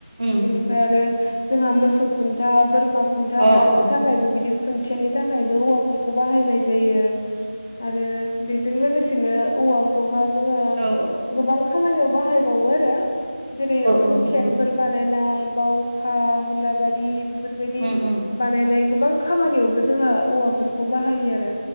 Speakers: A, on the right; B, on the left.
A: उम
B: बिनिफ्राय आरो जोंहा मोसौ खुन्था बोरमा खुन्था
A: अ अ
B: दाननो
A: औ
B: थाखाय थाखायबो बिदि खुन्थियानि थाखायबो औवाफोरखौ बाहायनाय जायो आरो जों लोगोसेनो औवाखौहा जोङो
A: औ
B: गोबां खामानियाव बाहायबावो आरो जेरै
A: औ औ
B: हुकेनफोर
A: नंगौ
B: बानायनाय बावखा हुलाबारि बेफोरबायदि
A: उम उम
B: बानायनाय गोबां खामानियावबो जोंहा औवाफोरखौ बाहायो आरो